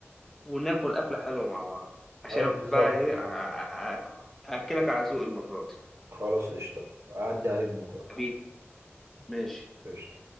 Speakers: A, in the centre; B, on the right.
A: وناكل أكلة حلوة مع بعض عشان
B: ايوه
A: أنا
B: بالظبط
A: بقى إيه أ- أ- أ- أأكلك على ذوقي المرة دي
B: خلاص قشطه اعدي عليك بكره
A: حبيبي ماشي
B: قشطه